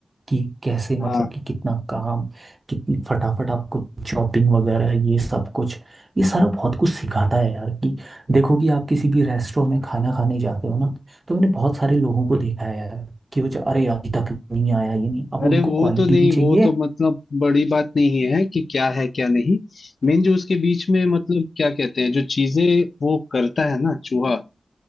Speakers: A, on the right (about 35°); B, on the left (about 70°).
A: कि कैसे मतलब
B: हाँ
A: कि कितना काम कितनी फटाफट आपको चॉपिंग वगैरह ये सब कुछ ये सारा बहुत कुछ सिखाता है यार कि देखो कि आप किसी भी रेस्टोरेंट में खाना खाने जाते हो ना तो मैंने बहुत सारे लोगों को देखा है यार कि वो जो अरे अभी तक नहीं आया ये नहीं अब
B: अरे
A: उनको
B: वो
A: क्वालिटी
B: तो नहीं
A: भी चाहिए
B: वो तो मतलब बड़ी बात नहीं है कि क्या है क्या नहीं मेन जो उसके बीच में मतलब क्या कहते हैं जो चीजें वो करता है ना चूहा